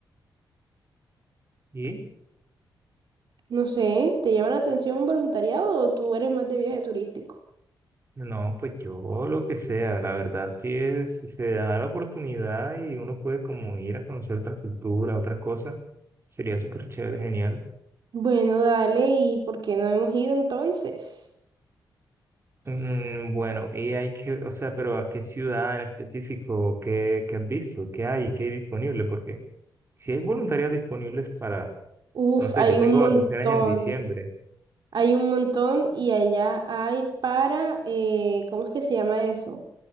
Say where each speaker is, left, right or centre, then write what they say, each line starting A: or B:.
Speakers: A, on the right; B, on the right.
A: ¿Y?
B: No sé, ¿te llama la atención un voluntariado o tú eres más de viaje turístico?
A: No, pues yo lo que sea, la verdad, sí es, si se da la oportunidad y uno puede como ir a conocer otra cultura, otras cosas, sería súper chévere, genial.
B: Bueno, dale, ¿y por qué no hemos ido entonces?
A: Mm, bueno, y hay que, o sea, pero ¿a qué ciudad en específico? ¿Qué, qué has visto? ¿Qué hay? ¿Qué hay disponible? Porque si hay voluntarias disponibles para,
B: Uf,
A: no sé,
B: hay
A: yo tengo
B: un montón,
A: vacaciones en diciembre,
B: hay un montón y allá hay para, eh, ¿cómo es que se llama eso?